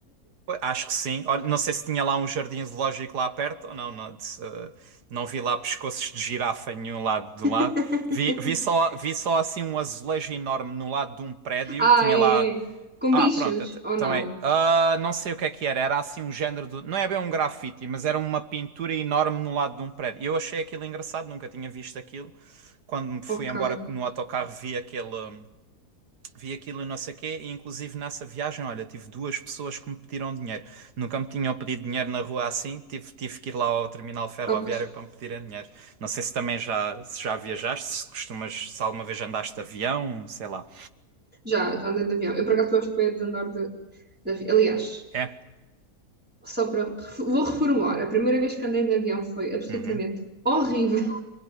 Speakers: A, on the right; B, in the centre.
A: Pois, Acho que sim. Olha, não sei se tinha lá um jardim zoológico lá perto ou não. Não, de- eh, não vi lá pescoços de girafa em nenhum lado do
B: <laughs>
A: lado. Vi, vi só, vi só assim um azulejo enorme no lado de um prédio.
B: Ah,
A: Tinha
B: é,
A: lá.
B: é. Com
A: Ah,
B: bichos,
A: pronto. et-
B: ou
A: Então
B: não?
A: é. Ah, não sei o que é que era. Era assim um género de. Não é bem um grafite, mas era uma pintura enorme no lado de um prédio. E Eu achei aquilo engraçado, nunca tinha visto aquilo. Quando me fui
B: Ok.
A: embora no autocarro, vi aquele. Vi aquilo e não sei o quê, e inclusive nessa viagem, olha, tive duas pessoas que me pediram dinheiro. Nunca me tinham pedido dinheiro na rua assim, tive, tive que ir lá ao terminal ferroviário
B: Ah, pois.
A: para me pedirem dinheiro. Não sei se também já, se já viajaste, se costumas, se alguma vez andaste de avião, sei lá.
B: Já, já andei de avião. Eu por acaso gosto bem de andar de, de avião. Aliás,
A: É?
B: só para. ref- Vou reformular. A primeira vez que andei de avião foi absolutamente
A: Uhum.
B: horrível,